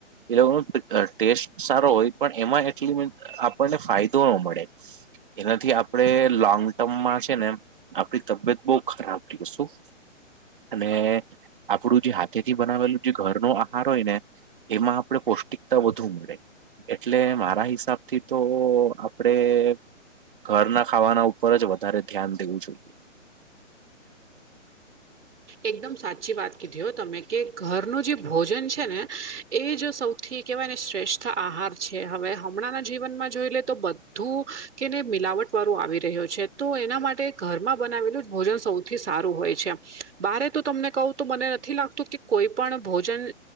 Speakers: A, on the right; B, on the right.
A: એ લોકો ટેસ્ટ સારો હોય પણ એમાં એટલી આપણને ફાયદો ન મળે એનાથી આપણેે લોંગ ટર્મમાં છે ને આપડી તબિયત બહુ ખરાબ ર શું અને આપડું જે હાથે થી બનાવેલું જે ઘર નો આહાર હોય ને એમાં આપણે પૌષ્ટિકતા વધુ મળે એટલે મારા હિસાબ થી તો આપડે ઘરના ખાવાના ઉપર જ વધારે ધ્યાન દેવું જોઈએ
B: એકદમ સાચી વાત કીધી હો તમે કે ઘરનું જે ભોજન છે ને એ જો સૌથી કેવાય ને શ્રેષ્ઠ આહાર છે હવે હમણાં ના જીવનમાં જોઈ લે તો બધું કેને મિલાવટ વાળો આવી રહ્યો છે તો એના માટે ઘરમાં બનાવેલું જ ભોજન સૌથી સારું હોય છે બારે તો તમને કહું તો મને નથી લાગતું કે કોઈ પણ ભોજન